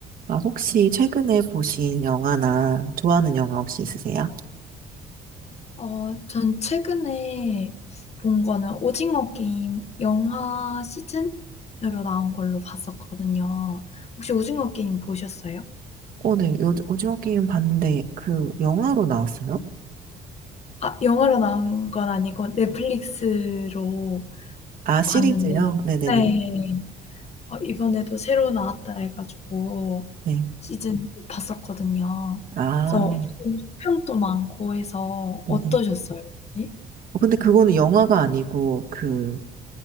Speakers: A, on the right; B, on the left.
A: 아, 혹시 최근에 보신 영화나 좋아하는 영화 혹시 있으세요?
B: 어 전 최근에 본 거는 오징어 게임 영화 시즌으로 나온 걸로 봤었거든요. 혹시 오징어 게임 보셨어요?
A: 어, 네. 요, 오징어 게임 봤는데 그 영화로 나왔어요?
B: 아 영화로 나온 건 아니고 넷플릭스로
A: 아, 시리즈요?
B: 봤는데
A: 네네네.
B: 네. 어 이번에도 새로 나왔다 해 가지고
A: 네.
B: 시즌 봤었거든요.
A: 아,
B: 그래서 좀 호평도 많고 해서
A: 네네.
B: 어떠셨어요 혹시?
A: 어, 근데 그거는 영화가 아니고 그